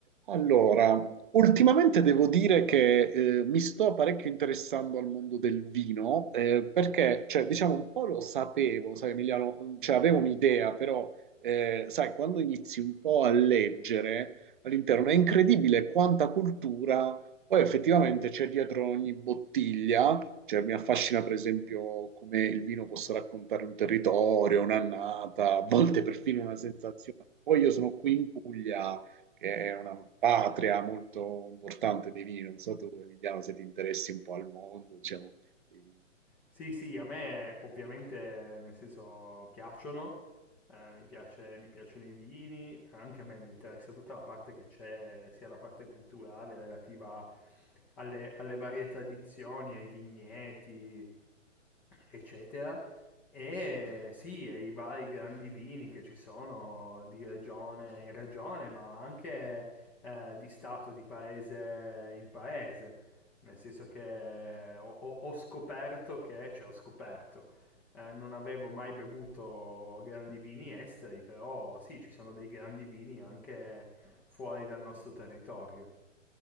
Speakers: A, on the right; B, in the centre.
A: Allora, ultimamente devo dire che eh, mi sto parecchio interessando al mondo del vino, eh, perché, cioè, diciamo, un po' lo sapevo, sai, Emiliano, mm, cioè, avevo un'idea, però, eh, sai, quando inizi un po' a leggere all'interno è incredibile quanta cultura poi effettivamente c'è dietro ogni bottiglia. Cioè, mi affascina, per esempio, come il vino possa raccontare un territorio, un'annata, a volte <laughs> perfino una sensazione. Poi io sono qui in Puglia che è una patria
B: Eh,
A: molto importante dei vini. Non so tu, Emiliano, se ti interessi un po' al mondo, diciamo. dei- vini.
B: sì, sì, a me ovviamente nel senso piacciono, eh, mi piace- mi piacciono i vini, anche a me mi interessa tutta la parte che c'è, sia la parte culturale relativa alle, alle varie tradizioni, ai vigneti, eccetera. E sì, e i vari grandi vini che ci sono di regione in regione, ma anche eh, di stato, di paese in paese. Nel senso che ho, ho- ho scoperto che, cioè ho scoperto, eh, non avevo mai bevuto grandi vini esteri, però sì, ci sono dei grandi vini anche fuori dal nostro territorio.